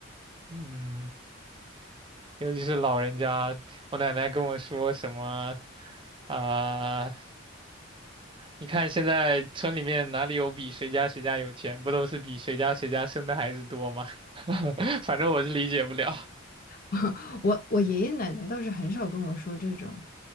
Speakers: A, on the right; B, on the left.
A: 嗯，尤其是老人家，我奶奶跟我说什么啊、你看现在村里面哪里有比谁家谁家有钱，不都是比谁家谁家生的孩子多吗？<laughs> 反正我是理解不了。
B: <laughs> 我我爷爷奶奶倒是很少跟我说这种